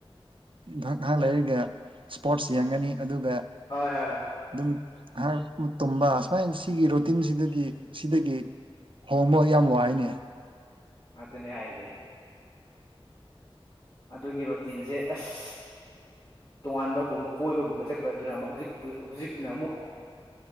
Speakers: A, on the right; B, on the left.
A: ꯉꯍꯥꯛ ꯂꯩꯔꯒ ꯏꯁꯄꯣꯔꯠꯁ ꯌꯦꯡꯒꯅꯤ ꯑꯗꯨꯒ
B: ꯍꯣꯏ ꯍꯣꯏ ꯍꯣꯏ
A: ꯑꯗꯨꯝ ꯉꯥꯛ ꯇꯨꯝꯕ ꯁꯨꯃꯥꯏꯅ ꯁꯤꯒꯤ ꯔꯨꯇꯤꯟꯁꯤꯗꯗꯤ ꯁꯤꯗꯒꯤ ꯍꯣꯡꯕ ꯌꯥꯝ ꯋꯥꯏꯅꯦ
B: ꯑꯗꯨꯅꯦ ꯍꯥꯏꯖꯦ ꯑꯗꯨꯒꯤ ꯔꯣꯇꯤꯟꯁꯦ ꯑꯁ ꯇꯣꯉꯥꯟꯕꯒꯨꯝꯕ ꯀꯣꯏꯕꯒꯨꯝꯕ ꯆꯠꯄꯗꯨꯅ ꯑꯃꯨꯛ ꯍꯧꯖꯤꯛ ꯍꯧꯖꯤꯛꯅ ꯑꯃꯨꯛ